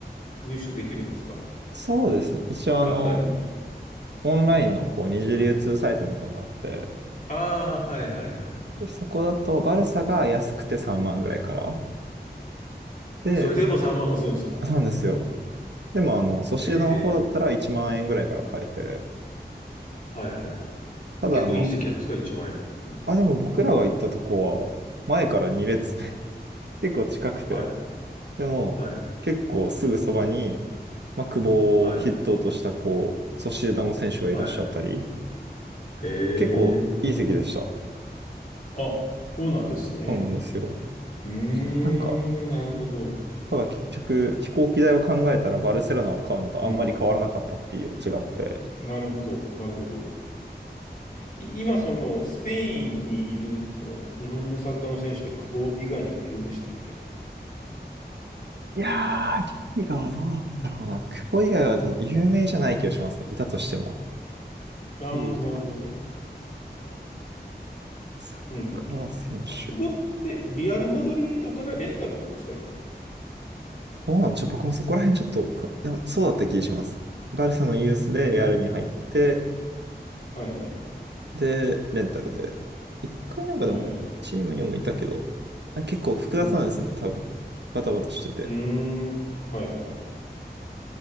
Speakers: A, on the left; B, on the right.
A: 入手できるんですか
B: そうですね。一応あの、
A: 簡単に。
B: オンラインのこう、二次流通サイトみたいなのがあって、
A: ああ、はいはいはいはい。
B: でそこだとバルサが安くて3万ぐらいから。で、
A: それでも3万もするんですか
B: なんですよ。でもあの、ソシエダの方だったら1万円ぐらいから買えて。
A: ええはいはい。
B: ただあの、
A: 結構いい席なんですか ?1 万円。うん。
B: あ、でも僕らが行ったとこは、前から2列ね <laughs> 結構近くて。
A: はい。
B: でも、
A: はい、
B: 結構すぐそばに、まあ、久保を筆頭としたこう、
A: はい、
B: ソシエダの選手がいらっしゃったり、
A: はい。へえ。
B: 結構いい席でした。
A: あ、そうなんですね。
B: そうなんですよ。
A: うーん、
B: なんか、
A: なるほど。
B: ただ結局、飛行機代を考えたらバルセロナを買うのとあんまり変わらなかったっていうオチがあって。
A: うん、なるほど、なるほど。い今、その、スペインにいる、その、日本のサッカーの選手って久保以外にもいるんでしたっけ
B: いやー、リーガはどうだったろうな。久保以外はでも有名じゃない気がしますね。いたとしても。
A: ああー、
B: リーガ、
A: なるほどね。
B: サッカー選手。
A: うん、うん。うん久保って、リアルマドリードからレンタルなんですか、今。
B: どうなんちょ、僕もそこら辺ちょっとく、でそうだった気がします。バルサのユースでレアルに入って、
A: うーん、はいはい、
B: で、レンタルで。一回なんかでも、
A: はいはい。
B: チームにもいたけど、なんか結構複雑なんですよね、
A: うん、
B: 多分。バタバタしてて。
A: うーん、はいはい、